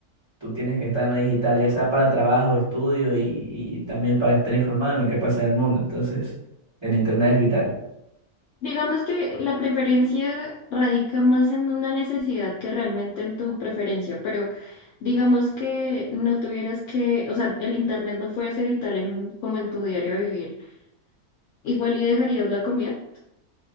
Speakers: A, on the right (about 20°); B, on the left (about 70°).
A: Tú tienes que estar en lo digital, ya sea para trabajo, estudio y, y también para estar informado en lo que pasa en el mundo. Entonces, el internet es vital.
B: Digamos que la preferencia radica más en una necesidad que realmente en tu preferencia, pero digamos que no tuvieras que, o sea, el internet no fuese vital en, como en tu diario vivir. Igual y dejarías la comida.